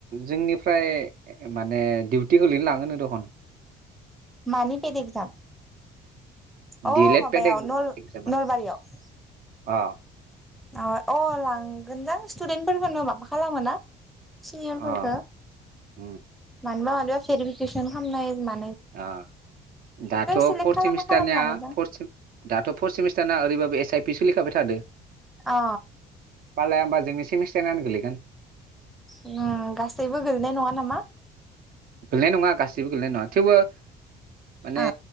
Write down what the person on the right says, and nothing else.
जोंनिफ्राय माने डिउटि गोलैनो लाङोनो दखन।
डि एल एड
पेड एग्जामा
अ
अ उम।
आ दाथ
फर
सेमिस्टारनिया
फर सिम दाथ फर्थ सेमिस्टारना ओरैबाबो एस आइ पि सोलिखाबाय थादो
पाल्लाया होमबा जोंनि सेमिस्टारनानो गोलैगोन
गोलैनाय नङा गासिबो गोलैनाय नङा थेवबो माने